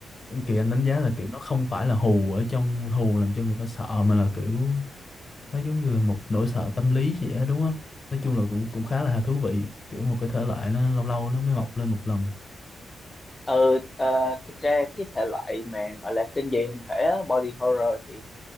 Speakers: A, on the left (about 40°); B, on the left (about 20°).
A: Kỳ Anh đánh giá là kiểu nó không phải là hù ở trong hù làm cho người ta sợ mà là kiểu nó giống như là một nỗi sợ tâm lý vậy á đúng không? Nói chung là cũng cũng khá là thú vị, kiểu một cái thể loại nó lâu lâu nó mới mọc lên một lần.
B: ờ ờ, thực ra cái thể loại mà gọi là kinh dị hình thể á, body horror thì